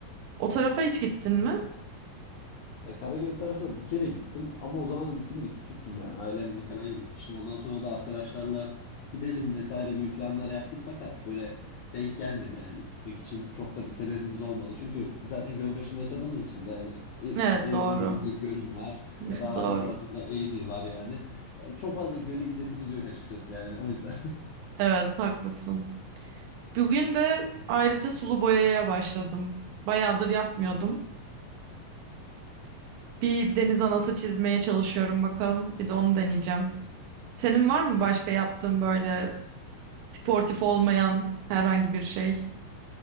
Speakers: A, on the right; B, on the left.
A: O tarafa hiç gittin mi?
B: E, Karagöl tarafına bir kere gittim ama o zaman gittim de küçüktüm yani ailemle falan gitmiştim. Ondan sonra da arkadaşlarla gidelim vesaire gibi planlar yaptık fakat böyle denk gelmedi yani gitmek için çok da bir sebebimiz olmadı. Çünkü biz zaten göl başında yaşadığımız için yani e,
A: Evet
B: evimin
A: doğru.
B: dibinde gölüm var
A: <laughs>
B: ya da arka
A: Doğru.
B: tarafımda Eymir var yani. Yani çok fazla göle gidesimiz yok açıkçası yani o yüzden.
A: Evet haklısın. Bugün de ayrıca sulu boyaya başladım. Bayağıdır yapmıyordum. Bir deniz anası çizmeye çalışıyorum bakalım. Bir de onu deneyeceğim. Senin var mı başka yaptığın böyle sportif olmayan herhangi bir şey?